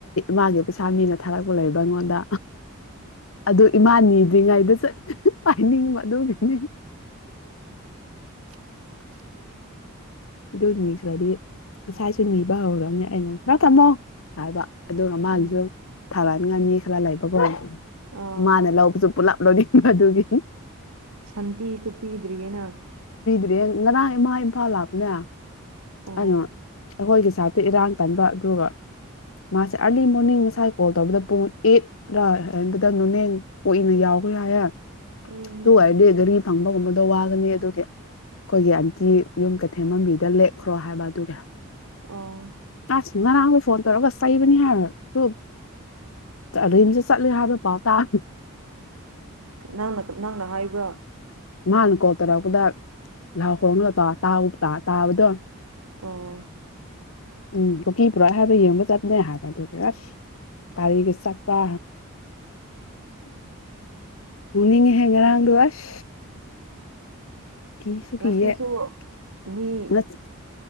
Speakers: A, on the left; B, on the right.
A: ꯃꯥꯥꯒꯤ ꯄꯩꯁꯥ ꯃꯤꯅ ꯊꯥꯔꯛꯄ ꯂꯩꯕ ꯑꯩꯉꯣꯟꯗ ꯑꯗꯨ ꯏꯃꯥꯟ ꯅꯤꯗ꯭ꯔꯤꯉꯩꯗ ꯆꯠ ꯄꯥꯏꯅꯤꯡꯕ ꯑꯗꯨꯒꯤꯅꯦ
B: <inaudible>
A: ꯑꯗꯨ ꯅꯤꯈ꯭ꯔꯗꯤ ꯉꯁꯥꯏꯁꯨ ꯅꯤꯕ ꯍꯧꯔꯝꯅꯦ ꯑꯩꯅ ꯅꯪ ꯊꯝꯃꯣ ꯍꯥꯏꯕ ꯑꯗꯨꯒ ꯃꯥꯒꯤꯁꯨ
B: ꯎꯝ
A: ꯊꯕꯠ ꯅꯪ ꯃꯤ ꯈꯔꯥ ꯂꯩꯕꯀꯣ
B: ꯑꯥ
A: ꯃꯥꯅ ꯂꯧꯕꯁꯨ ꯄꯨꯂꯥꯞ ꯂꯣꯏꯅꯤꯡꯕꯗꯨꯒꯤ
B: ꯁꯥꯟꯇꯤꯁꯨ ꯄꯤꯗ꯭ꯔꯤꯌꯦꯅ
A: ꯕꯦꯡ ꯉꯔꯥꯡ ꯏꯃꯥ ꯏꯝꯐꯥꯜ ꯂꯥꯛꯄꯅꯦ
B: ꯑꯣ
A: <unintelligible> <unintelligible> ꯏꯔꯥꯡ ꯀꯟꯕ ꯑꯗꯨꯒ ꯃꯥꯁꯦ ꯑꯥꯔꯂꯤ ꯃꯣꯔꯅꯤꯡ ꯉꯁꯥꯏ ꯀꯣꯜ ꯇꯧꯕꯗ ꯄꯨꯡ ꯑꯦ ꯔꯥ ꯍꯥꯏ ꯑꯗꯨꯗ <unintelligible>
B: ꯎꯝ
A: ꯑꯗꯨ ꯑꯣꯏꯔꯗꯤ ꯒꯥꯔꯤ ꯐꯪꯕꯒꯨꯝꯕꯗꯣ ꯋꯥꯒꯅꯤ ꯑꯗꯨ <inaudible> ꯑꯈꯣꯏꯒꯤ ꯑꯟꯇꯤ ꯌꯨꯝ ꯀꯩꯊꯦꯜ ꯃꯟꯕꯤꯗ ꯂꯦꯛꯈ꯭ꯔꯣ ꯍꯥꯏꯕ ꯑꯗꯨꯒꯤ
B: ꯑꯣ
A: ꯑ ꯉꯔꯥꯡꯗꯣ ꯐꯣꯟ ꯇꯧꯔꯒ ꯆꯩꯕꯅꯤ ꯍꯥꯏꯔ ꯊꯨꯏ ꯔꯤꯝꯁ ꯆꯠꯂꯦ ꯍꯥꯏꯕ ꯄꯥꯎ ꯇꯥꯕ
B: ꯅꯪꯅ ꯅꯪꯅ ꯍꯥꯏꯕ꯭ꯔꯥ
A: ꯃꯥꯅ ꯀꯣꯜ ꯇꯔꯛ ꯄꯗꯥ ꯂꯥꯎ ꯈꯣꯡꯂ ꯇ ꯇꯥꯎ ꯇ ꯇꯥꯎꯕꯗꯣ
B: ꯑꯣ
A: ꯎꯝ ꯀꯨꯀꯤ ꯄꯨꯔꯥ ꯍꯥꯏꯕ ꯌꯦꯡꯕ ꯆꯠꯄꯅꯦ ꯍꯥꯏꯕ ꯑꯗꯨꯒ ꯑꯁ ꯀꯥꯔꯤꯒꯤ ꯆꯠꯄ꯭ꯔꯥ ꯎ ꯅꯤꯡꯉꯦꯍꯦ ꯉꯔꯥꯡꯗꯣ ꯑꯁ ꯀꯤꯁꯨ
B: ꯉꯁꯤꯁꯨ
A: ꯀꯤꯌꯦ <unintelligible>
B: ꯃꯤ